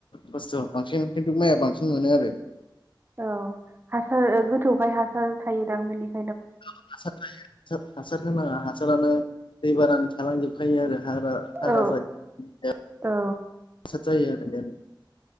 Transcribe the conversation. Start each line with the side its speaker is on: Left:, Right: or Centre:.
Left: खस्थ' बांसिन खिन्थु माइआ बांसिन मोनो आरो।
Right: औ हासार गोथौखाय हासार थायोदां बेनिखाय
Left: औ हासार थायो हासार हासार होनाङा हासारानो दै बारानि थालांजोबखायो आरो। हाग्रा हाग्रा
Right: औ
Left: जायो <unintelligible>
Right: औ
Left: जायो आरो <unintelligible>